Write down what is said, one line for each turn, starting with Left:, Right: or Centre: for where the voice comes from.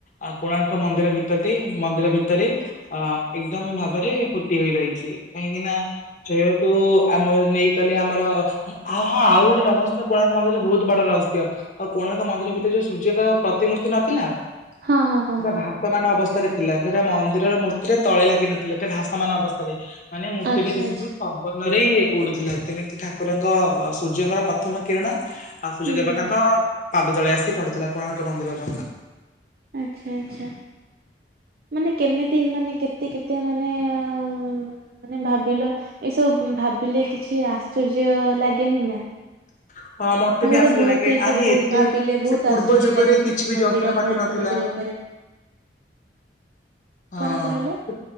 Left: ଆଉ କୋଣାର୍କ ମନ୍ଦିର ଭିତର ଦେଇ, ମନ୍ଦିର ଭିତ ରେ ଅ ଏକଦମ ଭାବରେ ପୋତି ହୋଇ ରହିଛି କାହିଁକି ନା ଜୟ ତୁ ଆମର ନେଇ ଗଲେ ଆମର ହଁ ହଁ ଆଉ ଗୋଟେ ରହସ୍ୟ କୋଣାର୍କ ମନ୍ଦିର ରେ ବହୁତ ବଡ ରହସ୍ୟ ଆଉ କୋଣାର୍କ ମନ୍ଦିର ଭିତରେ ଯୋଉ ସୂର୍ଯ୍ୟଙ୍କର ପ୍ରତିମୂର୍ତ୍ତି ନଥିଲା?
Right: ହଁ ହଁ ହଁ
Left: ପୁରା
Right: ହଁ
Left: ଭାସ୍ ସମାନ ଅବସ୍ଥାରେ ଥିଲା ସେଟା ମନ୍ଦିରର ମୂର୍ତ୍ତି ଟା ତଳେ ଲାଗିିନଥିଲା ସେଟେ ଭାସମାନ ଅବସ୍ଥାରେ ମାନେ ମୂର୍ତ୍ତିଟା
Right: ଆଚ୍ଛା
Left: ଯେମିତି
Right: ଆଚ୍ଛା
Left: ପବନରେ ଉଡୁଥିଲା ସେମିତି ଠାକୁରଙ୍କ ସୂର୍ଯ୍ୟଙ୍କର ପ୍ରଥମ କିରଣ ଆଉ ସୂର୍ଯ୍ୟ
Right: ହୁଁ
Left: ଦେବତାଙ୍କ
Right: ହୁଁ ହୁଁ।
Left: ପାଦ ତଳେ ଆସି ପଡୁଥିଲା କୋଣାର୍କ ମନ୍ଦିରର।
Right: ଆଛା ଆଛା। ମାନେ କେମିତି ମାନେ କେତେ କେତେ ମାନେ ମାନେ ଭାବିଲ ଏସବୁ ଭାବିଲେ କିଛି ଆଶ୍ଚର୍ଯ୍ୟ ଲାଗେନି ନା?
Left: <unintelligible> ହଁ ମତେ ବି ଆଶ୍ଚର୍ଯ୍ୟ
Right: ତ ବହୁତ
Left: ଲାଗେ,
Right: ଏଇ ସବୁ
Left: ଆରେ ଏତେ
Right: ଭାବିଲେ ବହୁତ
Left: ସେ ପୂର୍ବ
Right: ଆଶ୍ଚର୍ଯ୍ୟ
Left: ଯୁଗରେ
Right: ଲାଗେ
Left: କିଛି
Right: ପୁରୀ
Left: ବି
Right: ମନ୍ଦିର
Left: ଯନ୍ତ୍ରପାତି
Right: କୋଣାର୍କ
Left: ନଥିଲା।
Right: ମନ୍ଦିର ଉପରେ।
Left: ହଁ
Right: କଣ କହିଲ
Left: ସେ